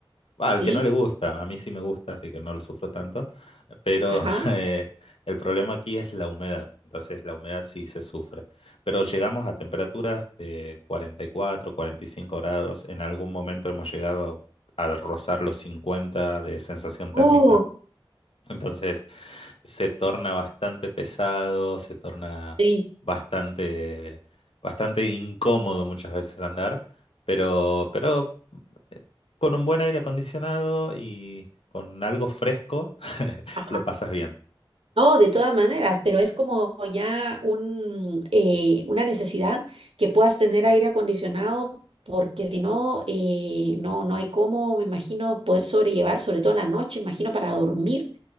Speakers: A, on the left; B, on the right.
A: Bah, al
B: sí,
A: que no le gusta, a mí sí me gusta, así que no lo sufro tanto, pero
B: ajá,
A: <laughs> eh, el problema aquí es la humedad, entonces la humedad sí se sufre, pero llegamos a temperaturas de cuarenta cuarenta y cuatro cuarenta y cinco grados, en algún momento hemos llegado a rozar los cincuenta de sensación
B: oh,
A: térmica, entonces se torna bastante pesado, se torna
B: sí,
A: bastante, bastante incómodo muchas veces andar. Pero, pero con un buen aire acondicionado y con algo fresco, <laughs>
B: ajá.
A: lo pasas bien.
B: No, de todas maneras, pero es como ya un, eh, una necesidad que puedas tener aire acondicionado, porque si no, eh, no, no hay cómo, me imagino, poder sobrellevar, sobre todo en la noche, imagino, para dormir